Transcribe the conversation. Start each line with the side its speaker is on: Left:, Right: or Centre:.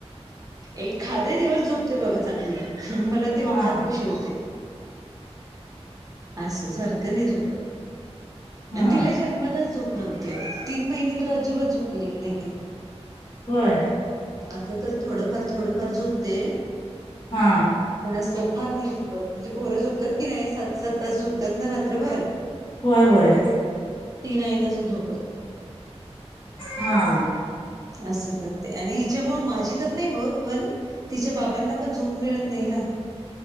Right: एखादे दिवस झोपते बघा चांगली. ह मला तेव्हा
Left: हा.
Right: फार खुशी होते. असं सारखं नाही झोपत.
Left: हा
Right: आणि तिला जन्मातच झोप नव्हती आओ. तीन महिने तर अजिबात झोपलेली नाही ती.
Left: होय.
Right: आता तर थोडंफार-थोडंफार झोपते.
Left: हा.
Right: पण असं फार नाही झोपत. म्हणजे पोरं झोपतात की नाही सात-सात तास झोपतात ना रात्रभर.
Left: होय-होय.
Right: ती नाही तस झोपत.
Left: हा.
Right: असं करते. आणि हिच्यामुळे माझी तर नाही होत. पण तिच्या बाबांना पण झोप मिळत नाही ना.